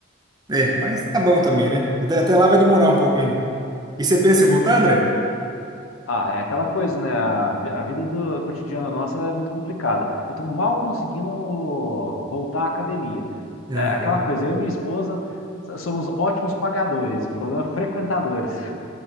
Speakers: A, on the right (about 20°); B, on the left (about 85°).
A: É, mas tá bom também, né? Até, até lá vai demorar um pouco ainda. E você pensa em voltar, André?
B: Ah, é aquela coisa, né? A, vi- a vida do, cotidiana nossa é muito complicada. Eu tô mal conseguindo voltar à academia.
A: Aham.
B: É aquela coisa, eu e minha esposa so- somos ótimos pagadores, o problema é frequentadores.